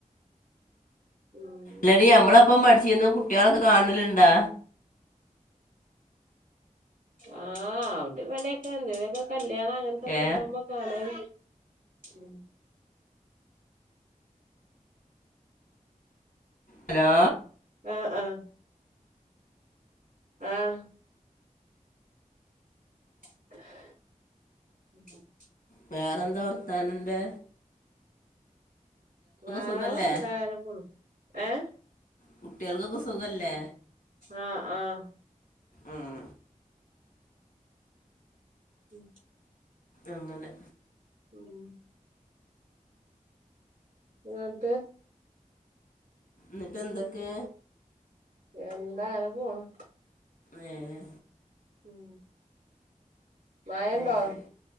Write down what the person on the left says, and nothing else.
ല്ലടി നമ്മളപ്പം പഠിച്ചിര്ന്ന കുട്ട്യളക്കെ കാണല്ണ്ടാ?
ഏ
ഹലോ?
വേറെന്താ വർത്താന ൻ്റെ?
സുഖമല്ലേ
കുട്ട്യൾക്കൊക്കെ സുഖല്ലേ?
ഉം,
അങ്ങനെ.
ന്ന്ട്ട് എന്തൊക്കെ?
ഏഹ്
അങ്ങനെ